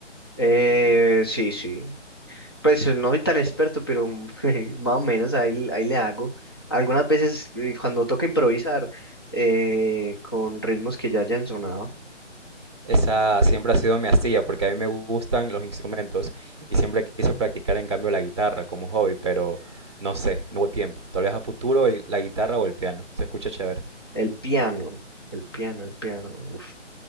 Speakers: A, on the left (about 20°); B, on the right (about 20°).
A: Eh, sí, sí. Pues eh, no soy tan experto, pero <laughs> más o menos ahí, ahí le hago. Algunas veces eh, cuando toca improvisar eh, con ritmos que ya hayan sonado.
B: Esa siempre ha sido mi astilla porque a mí me gustan los instrumentos y siempre quise practicar en cambio la guitarra como hobby, pero no sé, no hubo tiempo. Tal vez a futuro el- la guitarra o el piano, se escucha chévere.
A: El piano, el piano, el piano. Uf,